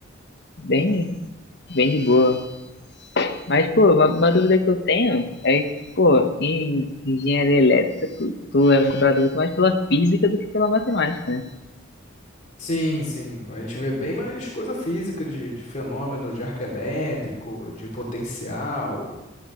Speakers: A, on the left (about 60°); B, on the left (about 40°).
A: bem, bem de boa. Mas, pô, uma, uma dúvida que eu tenho é que, pô, em engenharia elétrica, tu, tu é cobrado muito mais pela física do que pela matemática, né?
B: Sim, sim. A gente vê bem mais coisa física, de, de fenômeno de arco elétrico, de potencial.